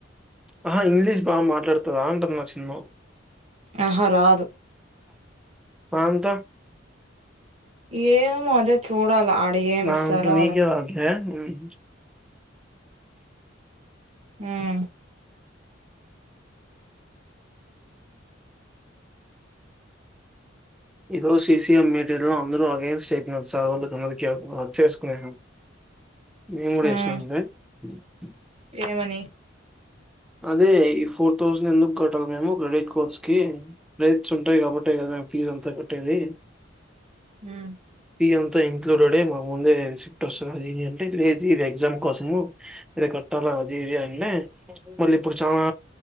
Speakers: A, in the centre; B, on the right.
A: ఆహా ఇంగ్లీష్ బాగా మాట్లాడుతవ అంటున్న చిన్ను
B: ఆహ రాదు
A: ఆ! అంతా
B: ఏ మొ అదే చూడాల ఏమి
A: నాంకు
B: ఇస్తారో
A: నీకే <inaudible>
B: మ్మ్
A: ఈ రోజు సీసీఎం మీటీరిలో అందరూ అగెన్స్ట్ అయిపోన <inaudible> వర్క్ చేసుకునే నేను కూడా
B: ఉమ్
A: ఎస్నండి అ
B: ఏమని
A: అదే ఈ ఫోర్ థౌసండ్ ఎందుకు కట్టాలి మేము క్రెడిట్ కోర్స్కి రేట్స్ ఉంటాయి కాబట్టే కదా మేము ఫీజు అంతా కట్టేది
B: మ్మ్
A: పి ఎం తో ఇంక్లూడెడే మా ముందే రిసిప్ట్ వస్తది అది ఇది అంటే లేదు ఇది ఎగ్జామ్ కోసము ఇది కట్టాలా అది ఇది అన్నే మళ్ళీ ఇప్పుడు చాలా